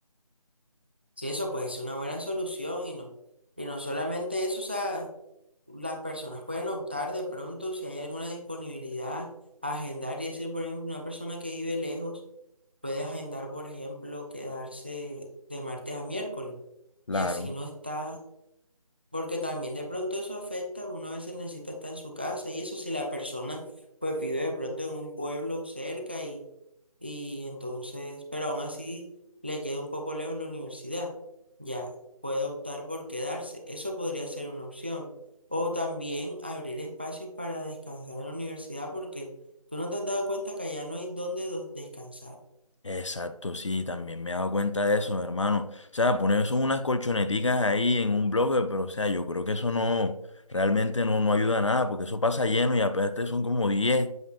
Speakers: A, on the right; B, on the left.
A: si eso puede ser una buena solución y no, y no solamente eso, o sea, las personas pueden optar de pronto si hay alguna disponibilidad a agendar y decir, por ejemplo, una persona que vive lejos puede agendar, por ejemplo, quedarse de martes a miércoles
B: Claro,
A: y así no está Porque también de pronto eso afecta, uno a veces necesita estar en su casa y eso si la persona pues vive de pronto en un pueblo cerca y, y entonces, pero aún así le queda un poco lejos la universidad, ya puede optar por quedarse, eso podría ser una opción. O también abrir espacios para descansar en la universidad porque tú no te has dado cuenta que allá no hay dónde do- descansar.
B: exacto, sí, también me he dado cuenta de eso, hermano. O sea, poner eso unas colchoneticas ahí en un bloque, pero o sea, yo creo que eso no, realmente no, no ayuda a nada, porque eso pasa lleno y aparte son como 10